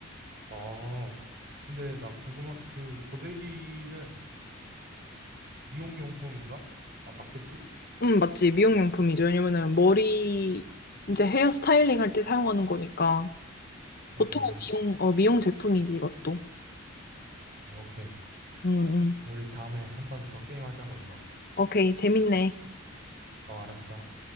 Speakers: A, on the right; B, on the left.
A: 아, 근데 나 궁금한, 그 고데기는 미용용품인가? 아, 맞겠지?
B: 응, 맞지. 미용용품이죠. 왜냐면은 머리, 이제 헤어 스타일링 할 때 사용하는 거니까. 보통은
A: 음,
B: 미용, 어, 미용 제품이지, 이것도.
A: 오케이.
B: 응, 응.
A: 우리 다음에 한 번 더 게임하자고, 이거.
B: 오케이. 재밌네.
A: 어, 알았어.